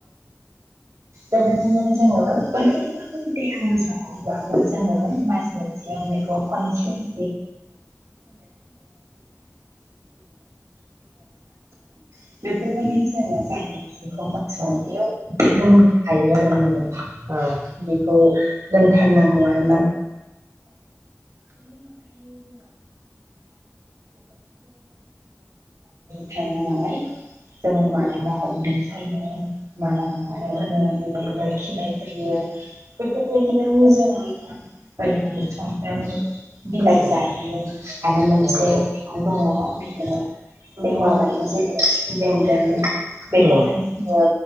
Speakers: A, on the right; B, on the right.
A: बेबादिनो जोङो बै देहा मोजाङाव अब्लाबो जोङो मास मोनसेयाव बेखौ खनसे <unintelligible> <inaudible> बेफोरबायदि जोङो <inaudible> लोंनो हायो आरो माने।
B: औ।
A: बेखौ लोंथारनांगौ आरो <inaudible> <inaudible> <inaudible> जों मालाबा उदै सायो मालाबा <inaudible> खिनाय जायो बेफोरबायदियावबो जोङो ओरैनो सानफ्रामबो बिलाइ
B: औ
A: जायो आरो
B: औ
A: मोनसे
B: औ
A: आरो दं <inaudible> खिफि बेन्दों बेखौहाय
B: औ
A: जोङो